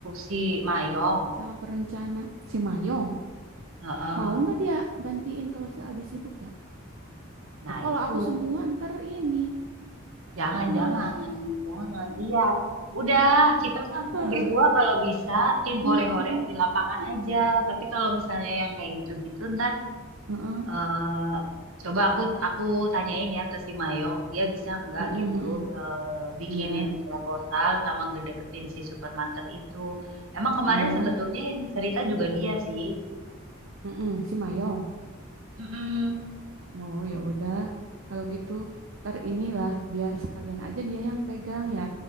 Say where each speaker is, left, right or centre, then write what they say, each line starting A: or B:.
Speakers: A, on the right; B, on the right.
A: si Mayong.
B: sama perencana. Si Mayong.
A: Heeh.
B: Mau nggak dia gantiin kalau si Aldi sibuk ya?
A: Nah
B: Oh, kalau
A: itu.
B: aku semua ntar ini.
A: Jangan,
B: Aku
A: jangan,
B: lelah.
A: jangan. Iya, udah kita mah kita
B: Heeh,
A: berdua kalau bisa tim
B: heeh,
A: hore-hore yang di lapangan aja. Tapi kalau misalnya yang kayak gitu-gitu ntar
B: heeh,
A: eh, coba aku aku tanyain ya ke si Mayong, dia bisa nggak
B: heeh,
A: gitu
B: heeh.
A: eh, bikinin
B: Iya,
A: proposal sama ngedeketin si supermarket itu. Emang kemarin
B: iya.
A: sebetulnya yang cerita juga dia sih.
B: heeh, si Mayong.
A: Mm-mm,
B: Oh ya udah. Kalau gitu ntar inilah biar sekalian aja dia yang pegang ya.